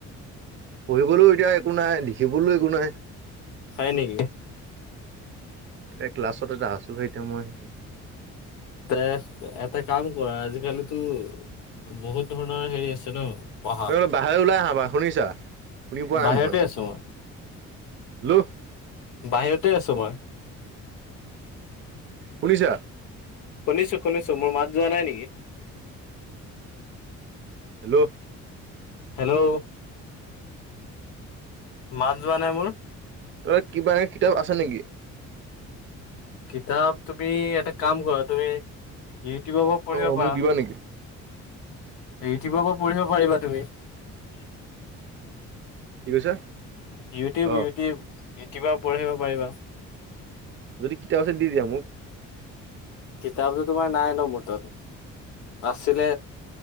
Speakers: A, on the right; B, on the left.
A: পঢ়িবলৈও এতিয়া একো নাই লিখিবলৈও একো নাই
B: হয় নেকি
A: এতিয়া ক্লাছত এটা আছো হে এতিয়া মই
B: এ এটা কাম কৰা আজিকালিতো বহুত ধৰণৰ হেৰি আছে ন পঢ়া
A: অ বোলো বাহিৰলে ওলাই আহা বাৰু শুনিছা শুনি পোৱা
B: বাহিৰতে
A: নাই মই একো
B: আছো মই
A: হেল্ল'
B: বাহিৰতে আছো মই
A: শুনিছা
B: শুনিছো শুনিছো মোৰ মাত যোৱা নাই নেকি
A: হেল্ল',
B: হেল্ল', মাত যোৱা নাই মোৰ।
A: অ' কিবা এ কিতাপ আছে নেকি?
B: কিতাপ তুমি এটা কাম কৰা তুমি ইউটিউবৰ পৰা পঢ়িব
A: অ' মোক
B: পাৰা।
A: দিবা নেকি?
B: ইউটিউবৰ পৰা পঢ়িব পাৰিবা তুমি।
A: কি কৈছা?
B: ইউটিউব-ইউটিউব-ইউটিউবৰত
A: অ'
B: পঢ়িব পাৰিবা।
A: যদি কিতাপ আছে দি দিয়া মোক?
B: কিতাপটো তোমাৰ নাই ন মোৰ তাত, আচিলে।